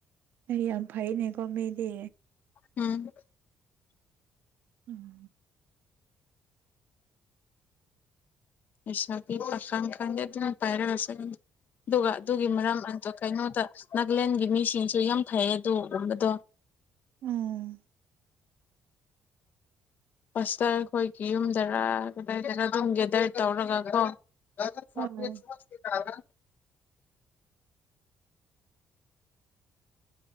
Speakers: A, on the right; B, on the left.
A: ꯑꯩ ꯌꯥꯝ ꯐꯩꯅꯦꯀꯣ ꯃꯤꯗꯤ
B: ꯎꯝ
A: ꯎꯝ
B: ꯂꯩꯁꯥꯕꯤ ꯄꯛꯈꯪ ꯈꯪꯗꯦ ꯑꯗꯨꯝ ꯄꯥꯏꯔꯒ ꯑꯗꯨꯒ ꯑꯗꯨꯒꯤ ꯃꯔꯝ ꯑꯇꯨ ꯀꯩꯅꯣꯗ ꯅꯥꯒꯂꯦꯟꯒꯤ ꯃꯤꯁꯤꯡꯁꯨ ꯌꯥꯝ ꯐꯩꯌꯦ ꯑꯗꯨꯒꯨꯝꯕꯗꯣ
A: ꯎꯝ
B: ꯄꯁꯇꯔ ꯑꯩꯈꯣꯏꯒꯤ ꯌꯨꯝꯗꯔ ꯀꯗꯥꯏꯗꯔꯥ ꯑꯗꯨꯝ ꯒꯦꯗꯔ ꯇꯧꯔꯒ ꯀꯣ <unintelligible>
A: ꯑꯣ